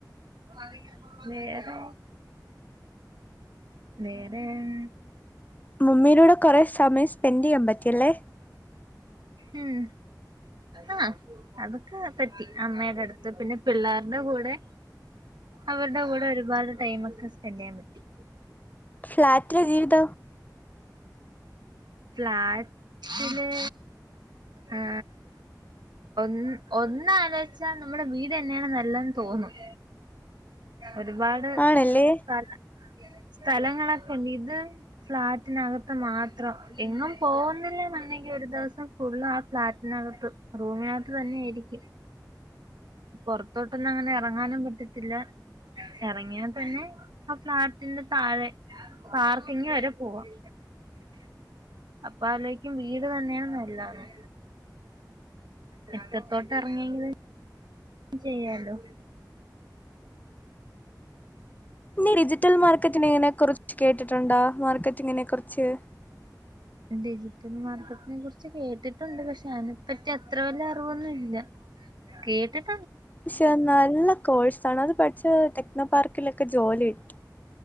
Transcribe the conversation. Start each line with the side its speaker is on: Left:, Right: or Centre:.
Right: <unintelligible> വേറേ വേറേൻ
Left: മുമ്മീടൂടെ കൊറെ സമയം സ്പെൻഡ് ചെയ്യാൻ പറ്റിയല്ലേ?
Right: ഉം ആ അതൊക്കെ പറ്റി അമ്മയുടെ അടുത്ത് പിന്നെ പിള്ളാരുടെ കൂടെ, അവരുടെ കൂടെ ഒരുപാട് ടൈമൊക്കെ സ്പെൻഡ് ചെയ്യാൻ പറ്റി.
Left: ഫ്ലാറ്റിലെ ജീവിത
Right: ഫ്ലാറ്റില് ഏ ഒ ഒന്നാലോച്ചാ നമ്മുടെ വീട്ന്നെയാണ് നല്ലതെന്ന് തോന്നും. ഒരുപാട്
Left: ആണല്ലേ
Right: സ്ഥലം സ്ഥലങ്ങളൊക്കെണ്ട്, ഇത് ഫ്ലാറ്റിനകത്ത് മാത്രം. എങ്ങും പോകുന്നില്ലന്നൊണ്ടെങ്കി ഒരു ദിവസം ഫുള്ള് ആ ഫ്ലാറ്റിനകത്ത് റൂമിനകത്ത് തന്നെയായിരിക്കും പൊറത്തോട്ടൊന്നും അങ്ങനെ ഇറങ്ങാനും പറ്റത്തില്ല ഇറങ്ങിയാതന്നെ ആ ഫ്ലാറ്റിന്റെ താഴെ പാർക്കിങ്ങ് വരെ പോവാം അപ്പ ആലോയ്ക്കും വീട് തന്നെയാണ് നല്ലതെന്ന് മിറ്റത്തോട്ട് എറങ്ങെങ്കിലും ചെയ്യാലോ
Left: നി റിജിറ്റൽ മാർക്കറ്റിനിങ്ങനെ കൊറ കേട്ടിട്ടുണ്ടോ? അ മാർക്കറ്റിങ്ങിനെ കൊർച്ച്
Right: ഡിജിറ്റൽ മാർക്കറ്റ്നെ കുറിച്ച് കേട്ടിട്ടുണ്ട് പക്ഷെ അയിനെപ്പറ്റി അത്ര വല്ല അറിവൊന്നുല്ല കേട്ടിട്ട്
Left: ക്ഷെ നല്ല കോഴ്സ് സണവ് പഠിച്ചെ ടെക്നോ പാർക്കിലൊക്കെ ജോലി ഇട്ടി